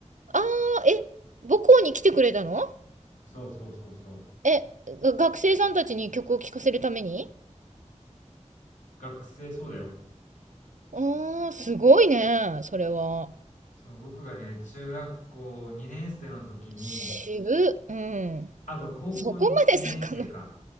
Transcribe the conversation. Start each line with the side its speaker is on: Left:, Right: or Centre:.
Right: ああ、え、母校に来てくれたの
Left: う。そうそうそうそう。
Right: え、が学生さんたちに曲を聴かせるために
Left: 学生、そうだよ。
Right: ああー、すごいね、それは。
Left: そう、僕がね、中学校2年生の時に、
Right: 渋、うん。
Left: あ、ごめん、高校に2年生か、
Right: そこまで遡る、